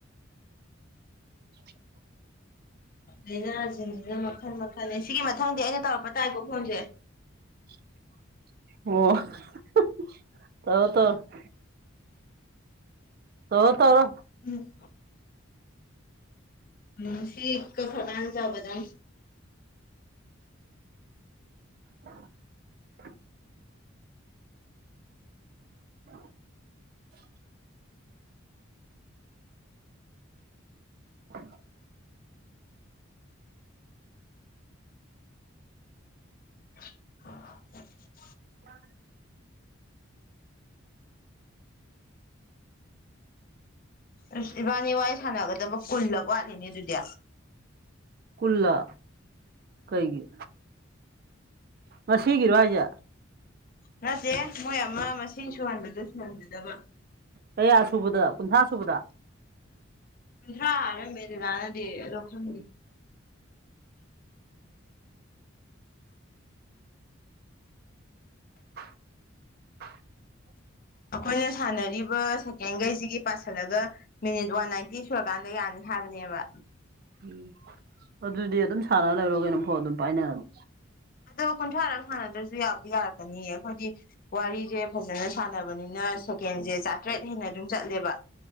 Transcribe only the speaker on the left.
ꯂꯥꯏꯅꯥꯥꯁꯤꯡꯁꯤꯅ ꯃꯈꯜ ꯃꯈꯜꯅꯦ ꯁꯤꯒꯤ ꯃꯊꯪꯗꯤ ꯑꯩꯅ ꯇꯧꯔꯛꯄ ꯇꯥꯏꯀꯣ ꯐꯣꯟꯁꯦ
ꯎꯝ ꯎꯝ ꯁꯤ ꯀ ꯈꯔ ꯀ ꯆꯕꯖꯅ
<unintelligible>
ꯑꯁ ꯏꯕꯥꯅꯤ ꯋꯥꯔꯤ ꯁꯥꯟꯅꯒꯗꯕ ꯀꯨꯜꯂꯒ ꯋꯥꯠꯂꯤꯅꯦ ꯑꯗꯨꯗꯤ
ꯅꯠꯇꯦ ꯃꯣꯏ ꯑꯃ ꯃꯁꯤꯡ ꯁꯨꯍꯟꯕꯗꯨ ꯁꯟꯖꯗꯕ
ꯀꯨꯟꯊ꯭ꯔꯥ ꯍꯥꯏꯔꯝꯃꯦ ꯂꯥꯅꯗꯤ ꯑꯗꯣ ꯈꯪꯗꯦ꯫
ꯑꯩꯈꯣꯏꯅ ꯁꯥꯟꯅꯔꯤꯕ ꯁꯦꯀꯦꯟꯒꯩꯁꯤꯒꯤ ꯄꯁꯤꯜꯂꯒ ꯃꯤꯅꯤꯠ ꯋꯥꯟ ꯅꯥꯏꯟꯇꯤ ꯁꯨꯔꯀꯥꯟꯗ ꯌꯥꯅꯤ ꯍꯥꯏꯕꯅꯦꯕ꯫
ꯑꯗꯣ ꯀꯨꯟꯊ꯭ꯔꯥꯔꯒ ꯁꯥꯟꯅꯗ꯭ꯔꯁꯨ ꯌꯥꯕꯗꯤ ꯌꯥꯔꯛꯀꯅꯤꯌꯦ ꯑꯩꯈꯣꯏꯗꯤ ꯋꯥꯔꯤꯁꯦ ꯐꯖꯅ ꯁꯥꯟꯅꯕꯅꯤꯅ ꯁꯦꯀꯦꯟꯁꯦ ꯆꯥꯇ꯭ꯔꯦꯠ ꯍꯦꯟꯅ ꯑꯗꯨꯝ ꯆꯠꯂꯦꯕ